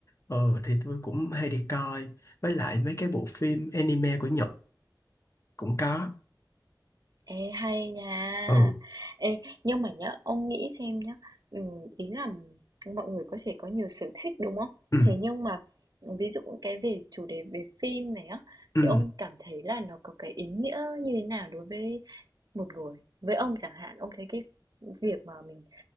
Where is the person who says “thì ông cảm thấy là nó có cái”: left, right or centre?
Right